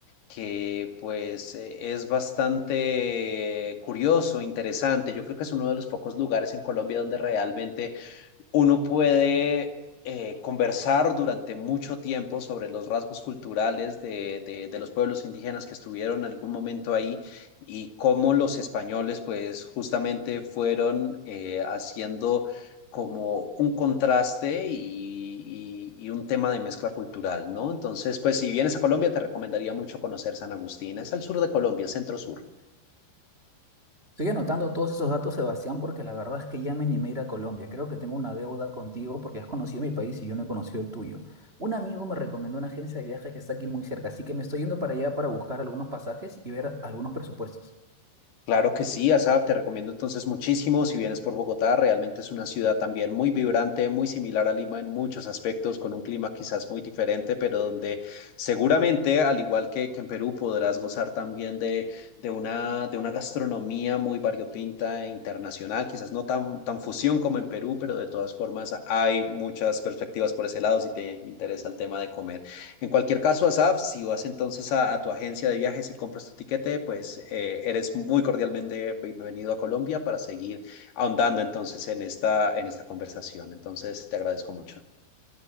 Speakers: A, on the left (about 60°); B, on the right (about 20°).
A: que pues eh, es bastante curioso, interesante. Yo creo que es uno de los pocos lugares en Colombia donde realmente uno puede eh, conversar durante mucho tiempo sobre los rasgos culturales de, de- de los pueblos indígenas que estuvieron en algún momento ahí y cómo los españoles pues justamente fueron eh, haciendo como un contraste y, y- y un tema de mezcla cultural, ¿no? Entonces, pues si vienes a Colombia, te recomendaría mucho conocer San Agustín. Es al sur de Colombia, centro sur.
B: Estoy anotando todos esos datos, Sebastián, porque la verdad es que ya me animé a ir a Colombia. Creo que tengo una deuda contigo porque has conocido mi país y yo no he conocido el tuyo. Un amigo me recomendó una agencia de viajes que está aquí muy cerca, así que me estoy yendo para allá para buscar algunos pasajes y ver algunos presupuestos.
A: Claro que sí, Asaf, te recomiendo entonces muchísimo. Si vienes por Bogotá, realmente es una ciudad también muy vibrante, muy similar a Lima en muchos aspectos, con un clima quizás muy diferente, pero donde seguramente, al igual que, que en Perú, podrás gozar también de, de una, de una gastronomía muy variopinta e internacional, quizás no tan, tan fusión como en Perú, pero de todas formas hay muchas perspectivas por ese lado si te interesa el tema de comer. En cualquier caso, Asaf, si vas entonces a, a tu agencia de viajes y compras tu tiquete, pues eh, eres muy cordialmente bienvenido a Colombia para seguir ahondando entonces en esta, en esta conversación. Entonces, te agradezco mucho.